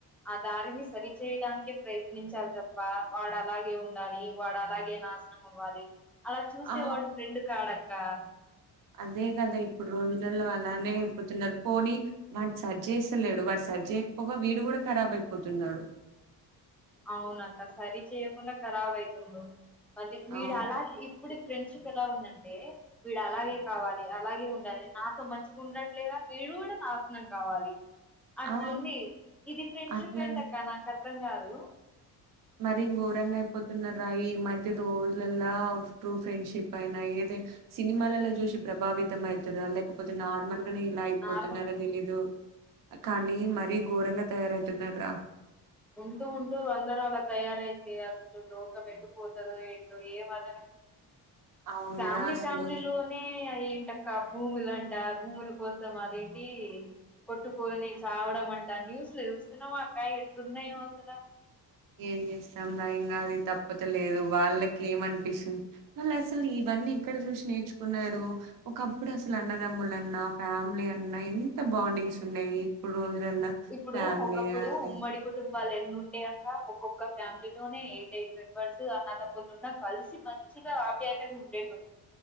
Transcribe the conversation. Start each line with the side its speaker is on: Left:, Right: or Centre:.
Centre: ఆ దారిని సరిచేయడానికే ప్రయత్నించాలి తప్ప వాడు అలాగే ఉండాలి వాడు అలాగే నాశనం అవ్వాలి అలా చూసేవాడు
Right: ఆ
Centre: ఫ్రెండ్ కాడు అక్క అక్క
Right: అదే కదా ఇప్పుడు రోజులలో అలానే అయిపోతున్నారు పోనీ వాటి సరి చేస్తలేడు వాటి సరి చేయకపోగా వీడు కూడా ఖరాబ్ అయిపోతున్నాడు
Centre: అవునక్క సరి చేయకుండా ఖరాబ్ అయితుండు మ విడు
Right: అవును
Centre: అలాగే ఇప్పుడు ఫ్రెండ్షిప్ ఎలా ఉందంటే వీడు అలాగే కావాలి అలాగే ఉండాలి నాతో మంచిగా ఉండట్లేగా వీడు కూడా నాశనం కావాలి అట్లుంది
Right: ఆ
Centre: ఇది ఫ్రెండ్షిప్
Right: అట్లా
Centre: ఏంటక్క నాకు అర్థం అర్థం కాదు
Right: మరి ఘోరంగా అయిపోతున్న రా ఈ మధ్య రోజులలో ట్రూ ఫ్రెండ్షిప్ అయినా ఏదైనా సినిమాలలో చూసి ప్రభావితం అవుతుర లేకపోతే నార్మల్ అగనే ఇలా ఇయిపోతున్నరా
Centre: నార్మల్
Right: తెలీదు కానీ మరీ ఘోరంగా తయారైతున్నాడు రా
Centre: ఉంటూ ఉంటూ అందరుూ అలా తయారైతే అసలు లోకం ఎటుపోతాడే ఏంటో ఏం అర్థం
Right: అవునరా
Centre: ఫ్యామిలీ
Right: అసలు
Centre: ఫ్యామిలీ లోనే ఏంటక్క భూములు అంట భూముల కోసం అదేంటి కొట్టుకోలుని చావడం అంట న్యూస్లు చూస్తున్నామా అక్క ఎట్లున్నాయో అసల
Right: ఏం చేస్తాం భయంగా అది తప్పత లేదు వాళ్ళకి ఏమ అనిపిస్తుంది వాళ్ళు అసలు ఇవన్నీ ఇక్కడ చూసి నేర్చుకున్నారు ఒకప్పుడు అసలు అన్నదమ్ముల అన్నా ఫ్యామిలీ అన్నా ఎంత బాండింగ్స్ ఉండయి ఇప్పుడు రోజులల్లా
Centre: ఇప్పుడు
Right: ఫ్యామిలీ
Centre: ఒకప్పుడు
Right: అండి
Centre: ఉమ్మడి కుటుంబం వాళ్ళు ఎన్న ఉండేయక్క ఒక్కొక్క ఫ్యామిలీతో నే ఎయిట్ ఎయిట్ మెంబర్స్ అన్న తమ్ములు ఉన్నా కలిసి మంచిగా ఆప్యాయతంగా ఉండేటు